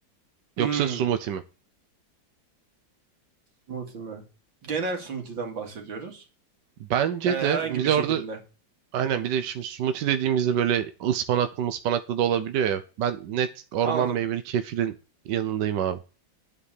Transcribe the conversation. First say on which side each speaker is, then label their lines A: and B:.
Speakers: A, on the right; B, on the right.
A: Hmm,
B: Yoksa smoothie mi?
A: smoothie mi? Genel smoothie'den bahsediyoruz.
B: Bence
A: Yani
B: de
A: herhangi
B: bir
A: bir
B: de
A: şekilde.
B: orada aynen bir de şimdi smoothie dediğimizde böyle ıspanaklı ıspanaklı da olabiliyor ya. Ben net orman
A: Anladım.
B: meyveli kefirin yanındayım abi.